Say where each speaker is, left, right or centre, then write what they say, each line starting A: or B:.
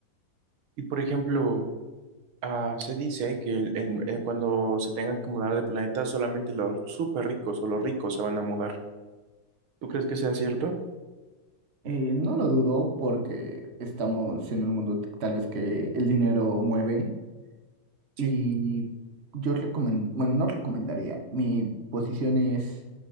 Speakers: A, on the right; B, on the right.
A: Y por ejemplo, ah, se dice que el- el- eh, cuando se tengan que mudar de planeta, solamente los súper ricos o los ricos se van a mudar. ¿Tú crees que sea cierto?
B: Eh, no lo dudo porque estamos en un mundo t- tal vez que el dinero mueve
A: Sí,
B: y yo recomendaría, bueno, no recomendaría, mi posición es